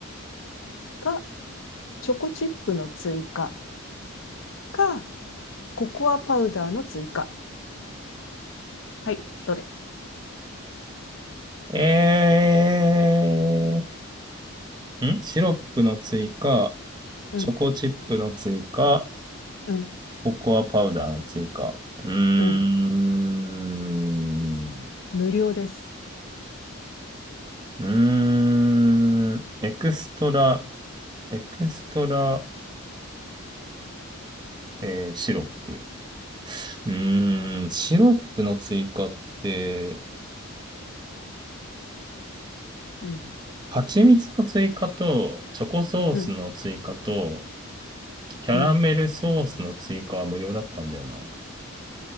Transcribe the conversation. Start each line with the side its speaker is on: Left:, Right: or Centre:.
Left: か、チョコチップの追加か、ココアパウダーの追加。はい、どれ
Right: えー。んシロップの追加、
Left: うん、
Right: チョコチップの追加、
Left: うん、
Right: ココアパウダーの追加。うーん。
Left: うん。無料です。
Right: うーん。エクストラ、エクストラ、えーシロップ。うーん、シロップの追加って、
Left: うん、
Right: 蜂蜜の追加と、チョコソースの追加と、
Left: うん、
Right: キャラメルソースの追加は無料だったんだよな。
Left: うん。